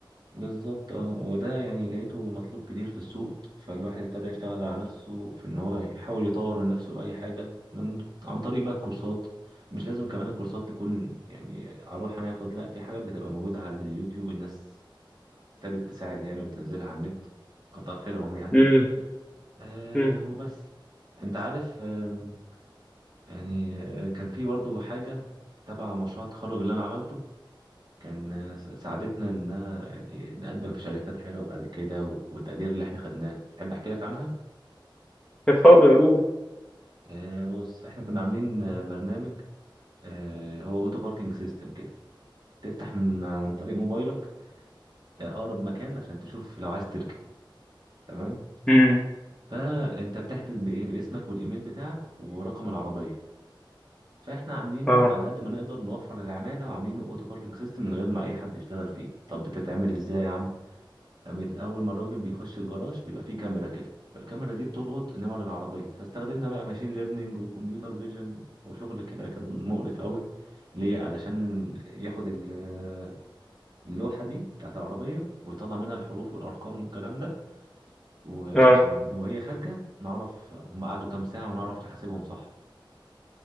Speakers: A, on the right; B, in the centre.
A: بالظبط اه وده يعني لقيته مطلوب كتير في السوق فالواحد ابتدى يشتغل على نفسه في ان هو يحاول يطور من نفسه بأي حاجة من عن طريق بقى الكورسات مش لازم كمان الكورسات تكون يعني هروح انا اخد لا في حاجات بتبقى موجودة على اليوتيوب الناس ابتدت تساعد يعني وتنزلها على النت كتر خيرهم يعني
B: امم
A: أه
B: امم
A: وبس انت عارف آم، يعني آه، كان في برضو حاجة تبع مشروع التخرج اللي انا عملته كان س- ساعدتنا إنها يعني نقدم في شركات حلوة بعد كده و- والتقدير اللي إحنا خدناه تحب أحكي لك عنها؟
B: اتفضل قول
A: آه بص إحنا كنا عاملين آه، برنامج آه هو أوتو باركينج سيستم كده تفتح من عن طريق موبايلك آه، أقرب مكان عشان تشوف لو عايز تركب تمام؟
B: امم
A: فأنت بتحجز بإيه؟ باسمك والإيميل بتاعك ورقم العربية فاحنا عاملينه
B: اه
A: على قد ما نقدر نوفر العمالة وعاملينه اوتو باركينج سيستم من غير ما اي حد يشتغل فيه طب بتتعمل ازاي يا عم بت- اول ما الراجل بيخش الجراج بيبقى فيه كاميرا كده فالكاميرا دي بتلقط نمر العربيه فاستخدمنا بقى ماشين ليرنينج وكمبيوتر فيجن وشغل كده كان مقرف قوي ليه علشان ياخد ال- اللوحه دي بتاعت العربيه ويطلع منها الحروف والارقام والكلام ده وعشان
B: اه
A: لو هي خارجه نعرف هم قعدوا كام ساعه ونعرف نحاسبهم صح